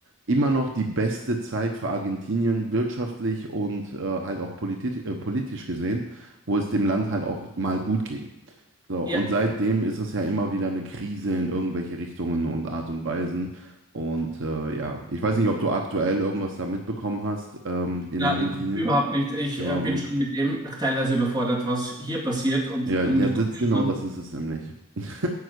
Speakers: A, on the right; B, on the right.
A: immer noch die beste Zeit für Argentinien wirtschaftlich und äh, halt auch politi äh, politisch gesehen, wo es dem Land halt auch mal gut ging. So, und
B: Ja,
A: seitdem ist es ja immer wieder eine Krise in irgendwelche Richtungen und Art und Weisen. Und äh, ja, ich weiß nicht, ob du aktuell irgendwas da mitbekommen hast ähm, in
B: na,
A: Argentinien.
B: überhaupt nicht. Ich
A: Überhaupt
B: äh, bin
A: nicht.
B: schon mit dem teilweise überfordert, was hier passiert und,
A: Ja,
B: und
A: ja,
B: mit
A: das,
B: Kopfschütteln.
A: genau das ist es nämlich. <laughs>